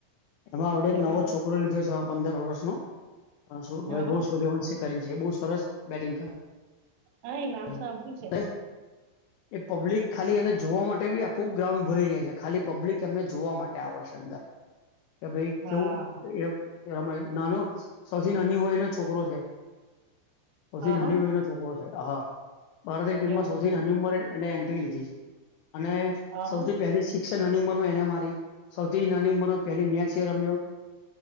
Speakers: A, on the left; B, on the right.
A: એમાં આવડે એક
B: એવું
A: નવો
B: છે
A: છોકરો લીધો છે પંદર વર્ષનો શું
B: હા
A: વૈભવ
B: હા
A: સૂર્યવંશે કરીને છે બહુ સરસ બેટિંગ કર
B: હા એ નામ
A: <unintelligible>
B: સાંભળ્યું છે મેં
A: એ પબ્લિક ખાલી એને જોવા માટે બી આખું ગ્રાઉન્ડ ભરાઈ જાય છે ખાલી પબ્લિક એમને જોવા માટે આવે છે ત્યાં વર્ષ કે ભાઈ
B: હા
A: કેવું એક રમાય નાનો સૌથી નાની વય નો છોકરો છે સૌથી
B: હા
A: નાની
B: હા
A: વય નો છોકરો છે હા ભારતની ટીમમાં
B: એવું
A: સૌથી
B: છે
A: નાની ઉંમરે એને એન્ટ્રી લીધી છે અને
B: હા
A: સૌથી
B: હા
A: પહેલી સી નાની ઉંમરમાં એને મારી સૌથી નાની પર મેચ એ રમ્યો